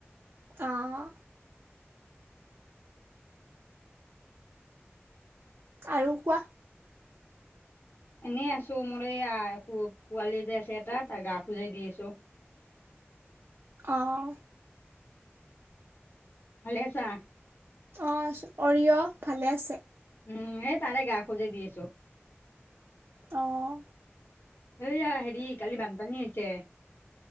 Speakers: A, on the right; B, on the left.
A: অঁ। আৰু কোৱা।
B: এনেই আছো মোৰ এইয়া একো পোৱালি যে আছে এটা তাৰ গা ধুৰাই দি আছো।
A: অঁ।
B: ভালে আছা?
A: অঁ অৰিয়' ভালে আছে <unintelligible>
B: উম এই তাৰে গা খুজে দি আছো <unintelligible>
A: অঁ।
B: এয়া হেৰি কালি বানপানী আহিছে।